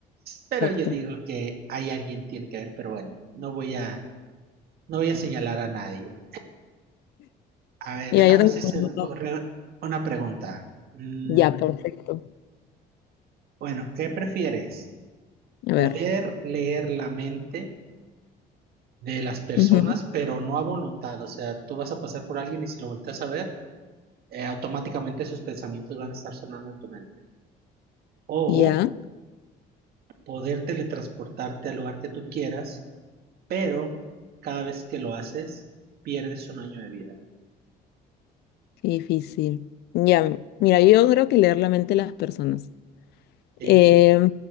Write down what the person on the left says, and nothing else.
Exacto.
Mira,
yo también.
tengo
uno.
Ya, perfecto.
A ver.
Ujú.
Ya,
qué difícil. Ya, mira, yo creo que leer la mente de las personas.
Eh,